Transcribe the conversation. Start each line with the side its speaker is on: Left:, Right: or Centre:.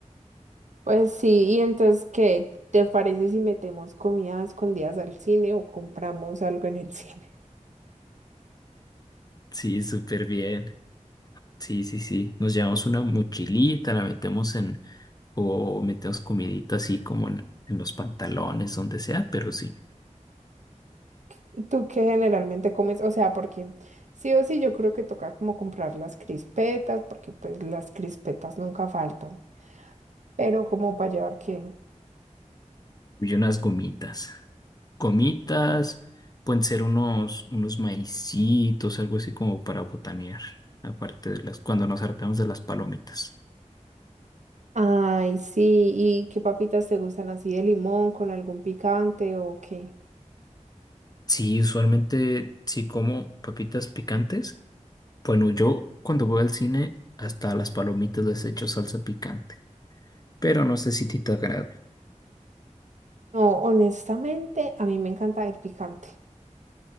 Right: Pues sí, y entonces, ¿qué te parece si metemos comidas escondidas al cine o compramos algo en el <laughs> cine?
Left: Sí, súper bien. Sí, sí, sí. Nos llevamos una mochilita, la metemos en, o metemos comidita así como en, en los pantalones, donde sea, pero sí.
Right: ¿Y ¿Tú qué generalmente comes? O sea, porque sí o sí yo creo que toca como comprar las crispetas, porque pues las crispetas nunca faltan. Pero como para llevar qué.
Left: Y unas gomitas. Gomitas, pueden ser unos, unos maicitos, algo así como para botanear, aparte de las, cuando nos hartamos de las palomitas.
Right: Ay, sí, ¿y qué papitas te gustan así de limón con algún picante o qué?
Left: Sí, usualmente sí como papitas picantes. Bueno, yo cuando voy al cine, hasta a las palomitas les echo salsa picante, pero no sé si a ti te agrade.
Right: No, honestamente, a mí me encanta el picante,